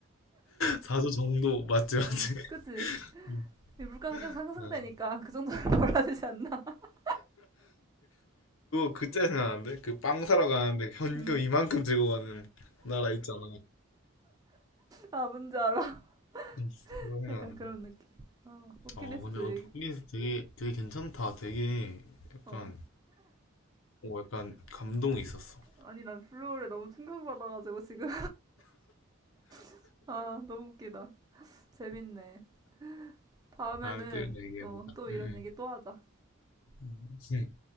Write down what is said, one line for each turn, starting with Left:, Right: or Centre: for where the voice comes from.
Left: 4조 정도, 맞지, 맞지.
Right: 어,
Left: <laughs>
Right: 그치?
Left: 음.
Right: 이 물가가 계속 상승되니까
Left: 아, 그거,
Right: 그 정도는 <laughs> 벌어지지 않나? <laughs>
Left: 그짜 생각나는데? 그 빵 사러 가는데 현금
Right: 음.
Left: 이만큼 들고 가는 나라 있잖아.
Right: 아, 뭔지 알아.
Left: 음, 그거
Right: <laughs>
Left: 생각난다.
Right: 약간 그런 느낌. 아, 버킷리스트
Left: 어, 근데 버킷리스트
Right: 얘기.
Left: 되게, 되게 괜찮다. 되게 약간,
Right: 어.
Left: 오, 약간 감동이 있었어.
Right: 아니, 난 플로우에 너무 충격받아가지고 지금. <laughs> 아, 너무 웃기다. 재밌네. 다음에는
Left: 아, 또 이런 거 얘기해보자.
Right: 어, 또 이런
Left: 응,
Right: 얘기 또 하자.
Left: 응. 음,